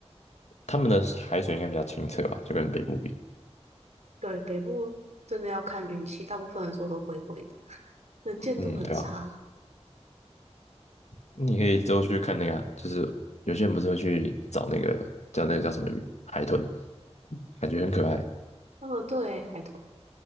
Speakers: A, on the left (about 75°); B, on the right (about 85°).
A: 他们的海水应该比较清澈吧，就跟北部比。
B: 对，北部真的要看运气，大部分人说都灰灰的，能见度很差。
A: 嗯，对啊，你可以之后去看那个啊，就是有些人不是会去找那个叫那个叫什么鱼，海豚，感觉很可爱，
B: 哦，对，海豚，